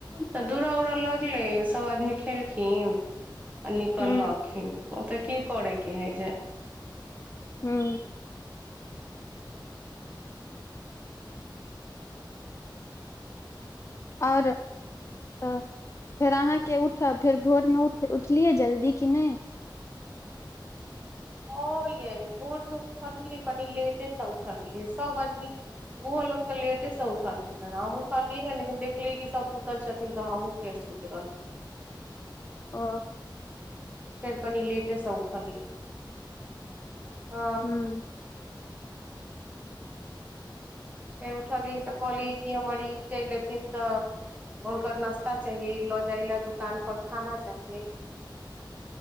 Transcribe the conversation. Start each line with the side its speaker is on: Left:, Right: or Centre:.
Right: तऽ दुरा उरा लगले सब आदमी खेलखिन आ निकल
Left: हूँ
Right: लखिन ओ तऽ की कर कि हइ जे
Left: हँ आओर तऽ फेर अहाँके उठब फेर भोरमेठ उठलियै जल्दी कि नहि
Right: ह य बोड मे उठली कनि लेटेसँ उठलियइ सब आदमी ओहो लोक तऽ लेटे से उठलखिन हेँ हम उठलियै हे लेकिन देखली की सभ सुतल छथिन तऽ हमँ फेर शुती
Left: ओ
Right: फेर कनी लेटेस स उठलि ह
Left: हूँ
Right: फेर उठलियै तऽ कहलियै कि हमर ई चैल एथिन तऽ हुनकर नाश्ता चाहियइ लए जाय लै दुकान पर खाना चाहियइ